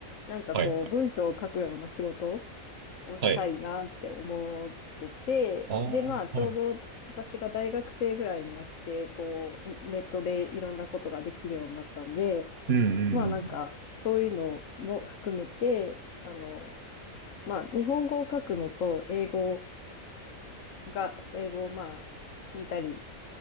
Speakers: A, on the left; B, on the right.
A: なんかこう文章を書くような仕事
B: はい。はい
A: をしたいなって思ってて、
B: はい。ああ、
A: で、まあ、ちょうど私が大学生ぐらいになって、
B: はい。
A: こう、ネットでいろんなことができるようになったんで、
B: うんうんうん。
A: まあ、なんか、そういうのも含めて、あの、まあ、日本語を書くのと、英語が、英語をまあ、聞いたり、